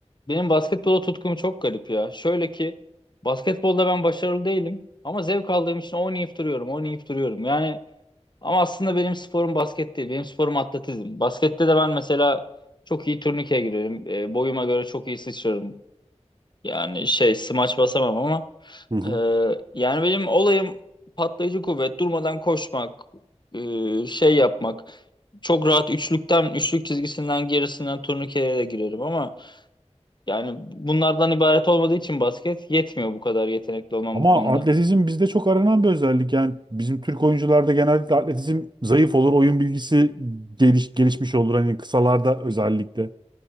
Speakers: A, on the left; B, on the right.
A: benim basketbola tutkum çok garip ya. Şöyle ki basketbolda ben başarılı değilim ama zevk aldığım için oynayıp duruyorum, oynayıp duruyorum. Yani ama aslında benim sporum basket değil, benim sporum atletizm. Baskette de ben mesela çok iyi turnikeye girerim, e, boyuma göre çok iyi sıçrarım. Yani şey smaç basamam ama
B: Hı hı.
A: ee, yani benim olayım patlayıcı kuvvet, durmadan koşmak, e, şey yapmak. Çok rahat üçlükten, üçlük çizgisinden gerisinden turnikeye de girerim ama yani bunlardan ibaret olmadığı için basket yetmiyor bu kadar yetenekli olmam
B: Ama
A: bu konuda.
B: atletizm bizde çok aranan bir özellik. Yani bizim Türk oyuncularda genellikle atletizm zayıf olur, oyun bilgisi geliş, gelişmiş olur. Hani kısalarda özellikle.